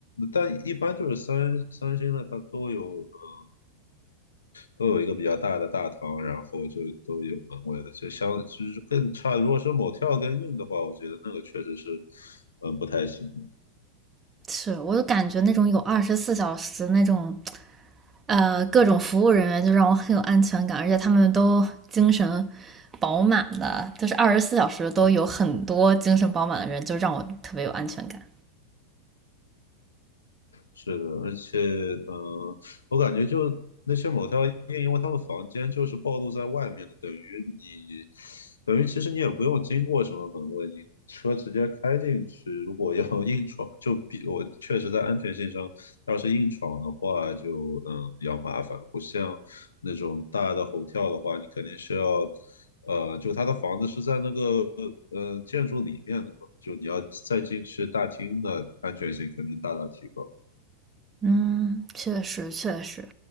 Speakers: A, on the left (about 70°); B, on the right (about 20°).
A: 但一般就是三三星的，它都有呃。都有一个比较大的大堂，然后就都有门卫的，就相就是更差。如果是某跳更硬的话，我觉得那个确实是，嗯，不太行。
B: 是我就感觉那种有二十四小时那种，呃，各种服务人员就让我很有安全感，而且他们都精神饱满的，就是二十四小时都有很多精神饱满的人，就让我特别有安全感。
A: 是的，而且，嗯、我感觉就那些某条 t 夜，因为他们房间就是暴露在外面的，等于你，等于其实你也不用经过什么门卫，你车直接开进去。如果要 <laughs> 硬闯，就比我确实在安全性上，要是硬闯的话就，嗯比较麻烦，不像那种大的 h 跳的话，你肯定是要。呃，就他的房子是在那个呃建筑里面的嘛，就你要再进去大厅的安全性肯定大大提高。
B: 嗯，确实确实。